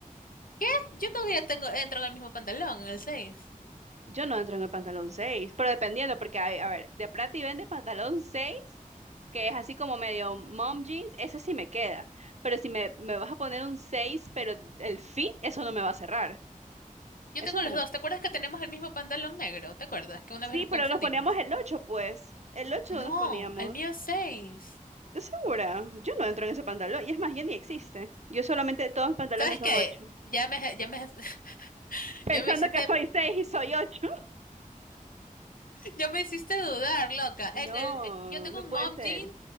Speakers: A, on the left (about 85°); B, on the right (about 50°).
A: ¿Qué? Yo todavía tengo, entro en el mismo pantalón, en el seis
B: Yo no entro en el pantalón 6, pero dependiendo, porque, hay- a ver, de Prati vende pantalón 6 que es así como medio mom jeans, ese sí me queda. Pero si me, me vas a poner un 6, pero el el fit, eso no me va a cerrar.
A: Yo
B: Eso
A: tengo
B: me
A: los
B: no.
A: dos. ¿Te acuerdas que tenemos el mismo pantalón negro? ¿Te acuerdas que una
B: Sí,
A: vez nos
B: pero
A: confundimos?
B: nos poníamos el 8, pues. El 8
A: No,
B: nos poníamos.
A: el mío es seis.
B: ¿Estás segura? Yo no entro en ese pantalón. Y es más, ya ni existe. Yo solamente, todos mis pantalones
A: ¿Sabes
B: son
A: qué?
B: 8.
A: Ya me, ya me, <laughs>
B: pensando
A: ya me hiciste,
B: que soy seis y soy ocho. <laughs>
A: ya me hiciste dudar, loca.
B: No,
A: En el, en- yo tengo
B: no
A: un
B: puede
A: mom
B: ser.
A: jean